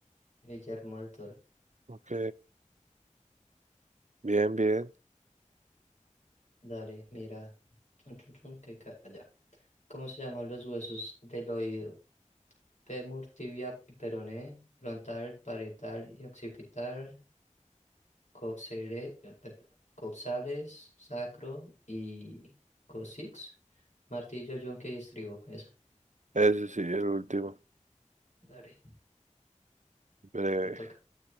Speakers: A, on the left; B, on the right.
A: Guillermo del Toro,
B: Ok, bien, bien.
A: dale, mira, chun, chun, chun, que ca- allá. ¿Cómo se llaman los huesos del oído? Fémur, tibia y peroné, frontal, parietal y occipital, coxere- eh, per- coxales, sacro y coccyx. Martillo, yunque y estribo, eso.
B: Ese sí, el último.
A: Dale,
B: Breve.
A: te toca.